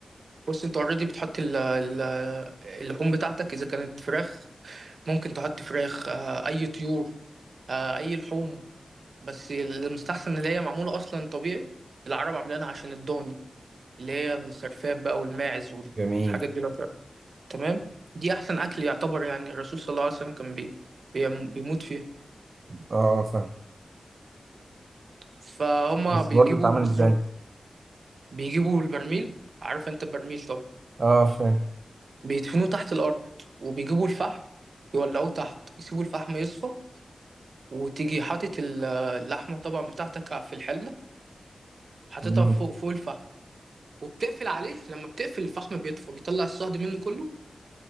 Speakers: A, on the right (about 70°); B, on the right (about 50°).
A: بص أنت أوريدي بتحط ال... ال... اللحوم بتاعتك إذا كانت فراخ ممكن تحط فراخ آه، أي طيور آه، أي لحوم بس المستحسن اللي هي معمولة أصلا طبيعي العرب عاملينها عشان الضاني اللي هي الخرفان بقى والماعز
B: جميل
A: والحاجات دي تمام دي احسن اكل يعتبر يعني الرسول صلى الله عليه وسلم كان بي بيم- بيموت فيها
B: اه اه فاهم
A: فهما
B: بس
A: بيجيبوا
B: برضه اتعمل
A: نظام
B: ازاي
A: بيجيبوا البرميل عارف انت البرميل طب
B: اه فاهم
A: بيدفنوه تحت الارض وبيجيبوا الفحم يولعوه تحت يسيبوا الفحم يصفى وتيجي حاطط ال- اللحمه طبعا بتاعتك في الحله حاططها
B: مم.
A: فوق فوق الفحم وبتقفل عليه لما بتقفل الفحم بيطفى بيطلع الصهد منه كله